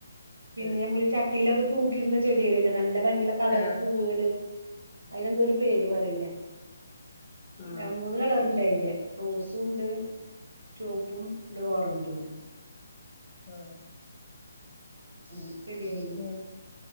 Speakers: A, on the right (about 55°); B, on the left (about 40°).
A: പിന്നെ
B: ആ
A: നമ്മള് ച ഭിത്തിയിലൊക്കെ തൂക്കിടുന്ന ചെടയിലല്ലേ നല്ല ഭയങ്കര കളറ്
B: ആ
A: പൂവുകള് അതിനെന്തോ ഒരു പേര് പറയില്ലേ പി
B: ആ
A: മൂ കളറണ്ടായില്ല റോസും ഉണ്ട് ചുവപ്പും ഓറഞ്ചും ഉണ്ട്
B: ആഹ്
A: ഉം ശരിയായില്ല
B: ഉം,